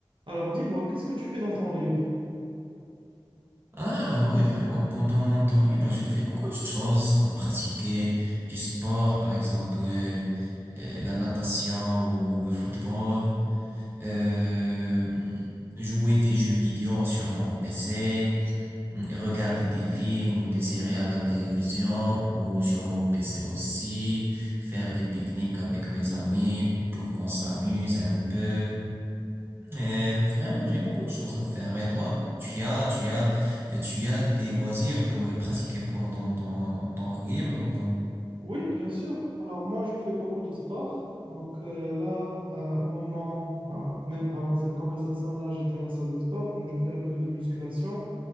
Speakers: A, on the right; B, on the right.
A: Alors dis-moi, qu'est-ce que tu fais dans ton libre?
B: Ah oui, vraiment. Pendant mon temps libre, je fais beaucoup de choses comme pratiquer du sport, par exemple euh, euh, la natation ou le football, euh, jouer des jeux vidéo sur mon PC, mm, et regarder des films ou des séries à la télévision ou sur mon PC aussi, faire des pique-niques avec mes amis pour qu'on s'amuse un peu. Et vraiment, j'ai beaucoup de choses à faire. Et toi, tu as, tu as, tu as des loisirs pour les pratiquer pendant ton temps libre ou non?
A: Oui, bien sûr. Alors moi, je fais beaucoup de sport. Donc euh, là, euh, au moment, enfin, même avant cette conversation-là, j'étais à la salle de sport. Donc je fais un peu de musculation